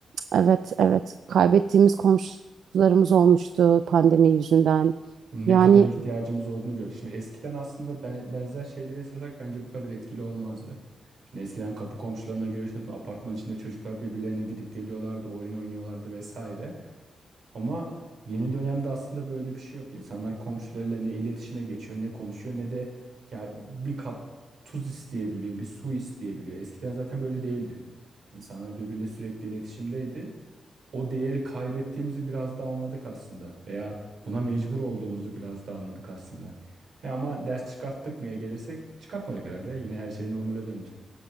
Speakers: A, on the right; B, on the right.
A: Evet, evet. Kaybettiğimiz komşularımız olmuştu pandemi yüzünden.
B: Ne
A: Yani
B: kadar ihtiyacımız olduğunu gördük. Şimdi eskiden aslında ben- benzer şeyleri yaşasak bence bu kadar etkili olmazdı. Şimdi eskiden kapı komşularına görüşüyordun. Apartman içinde çocuklar birbirlerine gidip geliyorlardı, oyun oynuyorlardı vesaire. Ama yeni dönemde aslında böyle bir şey yok. İnsanlar komşularıyla ne iletişime geçiyor, ne konuşuyor, ne de ya bir kap tuz isteyebiliyor, bir su isteyebiliyor. Eskiden zaten böyle değildi. İnsanlar birbiriyle sürekli iletişimdeydi. O değeri kaybettiğimizi biraz da anladık aslında. Veya buna mecbur olduğumuzu biraz da anladık aslında. He ama ders çıkarttık mıya gelirsek çıkartmadık herhalde. Yine her şey normale döndü.